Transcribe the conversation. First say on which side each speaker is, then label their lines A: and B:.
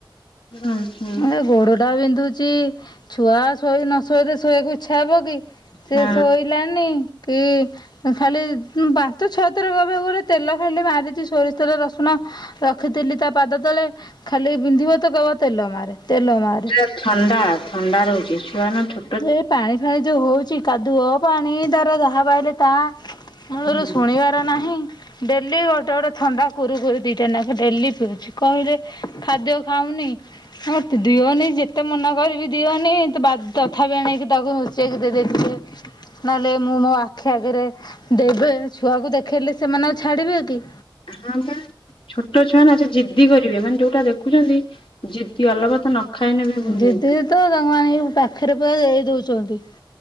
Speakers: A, on the left (about 80°); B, on the left (about 55°).
A: ହୁଁ ହୁଁ
B: ନା ଗୋଡ଼ ଟା ବିନ୍ଧୁଛି ଛୁଆ ଶୋଇ ନ ଶୋଇଲେ ଶୋଇବାକୁ ଇ ଛା ହବ କି ସେ
A: ହଁ
B: ଶୋଇଲାନି କି ଖାଲି ପାଞ୍ଚ ଛଅ ଥର ଗବେ ଗୋଟେ ତେଲ ଖାଲି ମାରିଛି ସୋରିଷ ତେଲ ରସୁଣ ରଖିଥିଲି ତା ପାଦ ତଳେ ଖାଲି ବିନ୍ଧିବ ତ କହିବ ତେଲ ମାରେ ତେଲ ମାରେ
A: ପୁରା ଥଣ୍ଡା ଥଣ୍ଡା ରହୁଛି ଛୁଆ ନା ଛୋ
B: ଏ ପାଣି ଫାଣି ଯୋଉ ହଉଚି କାଦୁଅ ପାଣି ତାର ଯାହା ପାଇଲେ ତା
A: ହୁଁ
B: ମୂଳରୁ ଶୁଣିବାର ନାହିଁ। ଡେଲି ଗୋଟେ ଗୋଟେ ଥଣ୍ଡା କୁରୁ କୁରି ଦିଟା ନାକ ଡେଲି ପିଉଛି କହିଲେ ଖାଦ୍ୟ ଖାଉନି ହଁ ତ ଦିଅନି ଯେତେ ମନା କରିବି ଦିଅନି ତୁ ବା ତଥାପି ଆଣକି ତାକୁ ନୁଚେଇକି ଦେଇେଥିବେ ନହେଲେ ମୁଁ ମୋ ଆଖି ଆଗରେ ଦେବେ ଛୁଆକୁ ଦେଖେଇଲେ ସେମାନେ ଆଉ ଛାଡିବେ କି?
A: ହଁ ବା। ଛୋଟ ଛୁଆ ନା ସେ ଜିଦ୍ଦି କରିବେ ମାନେ ଯୋଉଟା ଦେଖୁଛନ୍ତି ଜିଦ୍ଦି ଅଲବତ ନ ଖାଇଲେ ବି ହଉନି।
B: ଦିଦି ତ ତାଙ୍କୁ ଆଣିକି ପୁରା ପାଖରେ ଦେଇ ଦେଉଛନ୍ତି